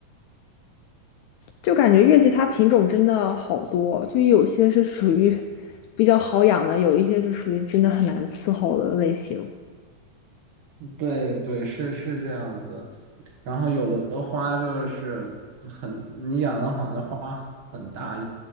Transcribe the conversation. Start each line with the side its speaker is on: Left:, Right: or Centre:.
Left: 就感觉月季它品种真的好多，就有些是属于比较好养的，有一些就属于真的很难伺候的类型。
Right: 对对，是是这样子。然后有的花就是很，你养的好，那花很大；